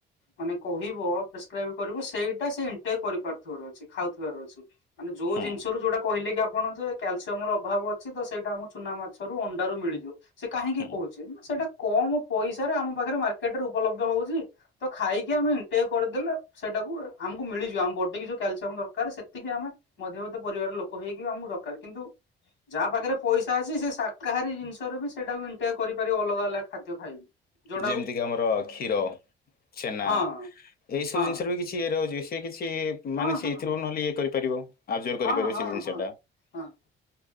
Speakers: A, on the left; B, on the left.
A: ମାନେ କହିବ ପ୍ରେସକ୍ରାଇବ କରିବ ସେଇଟା ସେ ଇନ୍ଟେକ କରିପାରୁଥିବାର ଅଛି ଖାଉଥିବାର ଅଛି। ମାନେ ଯୋଉ
B: ହୁଁ
A: ଜିନିଷରୁ ଯୋଉଟା କହିଲେ କି ଆପ ଆପଣ ଯେ କ୍ୟାଲସିୟମ ର ଅଭାବ ଅଛି ତ ସେଇଟା ଆମକୁ ଚୁନା ମାଛରୁ ଅଣ୍ଡାରୁ ମିଳିଯିବ। ସେ କାହିଁକି
B: ହୁଁ
A: କହୁଛି ନା ସେଇଟା କମ ପଇସାରେ ଆମ ପାଖରେ ମାର୍କେଟ ରେ ଉପଲବ୍ଧ ହଉଚି। ତ ଖାଇକି ଆମେ ଇଣ୍ଟେକ କରିଦେଲେ ସେଟାକୁ ଆମକୁ ମିଳିଯିବ ଆମ ବଡି କି ଯୋଉ କ୍ୟାଲସିୟମ ଦରକାର ସେତିକି ଆମେ ମଧ୍ୟବିତ୍ତ ପରିବାରର ଲୋକ ହେଇକି ଆମକୁ ଦରକାର କିନ୍ତୁ ଯାହା ପାଖରେ ପଇସା ଅଛି ସେ ଶାକାହାରୀ ଜିନିଷ ଟାରେ ବି ସେଇଟାକୁ ଇଣ୍ଟେକ କରିପାରିବ ଅଲଗା ଅଲଗା ଖାଦ୍ୟ ଖାଇ ଯୋଉଟାକୁ
B: ଯେମିତିକି ଆମର କ୍ଷୀର ଛେନା
A: ହଁ
B: ଏଇ ସବୁ
A: ହଁ
B: ଜିନିଷ ରେ ବି କିଛି ଏରେ ରହୁଛି ସେ କିଛି କି ମାନେ
A: ହଁ
B: ସେଇଥିରୁ
A: ହଁ।
B: ନହଲେ ଇଏ କରି ପାରିବ। ଆବଜରଭ କରିପାରିବ
A: ହଁ ହଁ
B: ସେ ଜିନିଷ
A: ହଁ
B: ଟା।
A: ହଁ